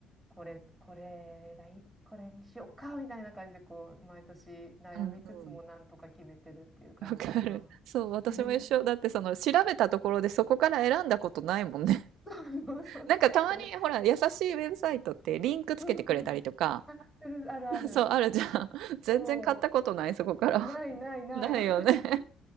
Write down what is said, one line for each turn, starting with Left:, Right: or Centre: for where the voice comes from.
Centre: これこれがいいこれにしようかみたいな感じでこう毎年悩みつつもなんとか決めてるっていう感じかな。
Right: うんうん。わかる。そう、私も一緒。
Centre: <laughs>
Right: だってその、調べたところでそこから選んだことないもんね。<laughs>
Centre: そうそうなんかね
Right: なんかたまに、ほら、優しいウェブサイトってリンクつけてくれたりとか
Centre: うんうんあそれあるある
Right: そう、あるじゃん。<laughs> 全然買ったことない、
Centre: そ
Right: そこから。
Centre: うないないない私も
Right: <laughs> ないよね。